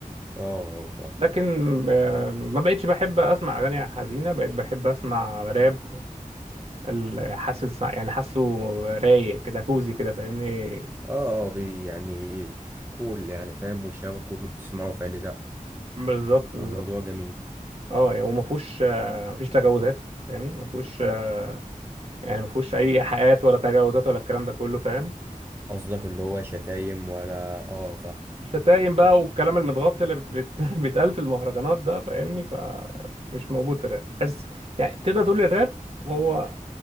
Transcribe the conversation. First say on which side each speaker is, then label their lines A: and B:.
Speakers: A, on the right; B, on the right.
A: اه اه فاهم
B: لكن آه، ما بقتش بحب اسمع اغاني حزينة بقيت بحب اسمع راب ال- حاسس يعني حاسه رايق كده كوزي كده فاهمني
A: اه اه بي يعني كول يعني فاهم والشباب كله بتسمعه فقال لي لا
B: بالظبط بالظبط
A: الموضوع جميل
B: اه يعني وما فيهوش آه، ما فيش تجاوزات فاهمني ما فيهوش آه، يعني ما فيهوش اي ايحاءات ولا تجاوزات ولا الكلام ده كله فاهم
A: قصدك اللي هو شتايم ولا اه فاهم
B: شتايم بقى والكلام المتغطي اللي بت- بت- <laughs> بيتقال في المهرجانات ده فاهمني فمش موجود في الراب بس يعني تقدر تقول الراب هو